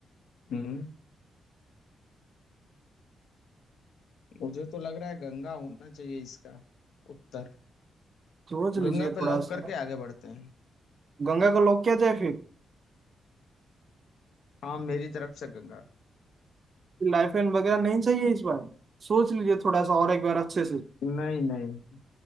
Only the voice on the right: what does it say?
सोच
लीजिए
थोड़ा
सा
गंगा को लोग क्या जाए फिर
लाइफ लाइन वगैरह नहीं चाहिए इस बार सोच लीजिए थोड़ा सा और एक बार अच्छे से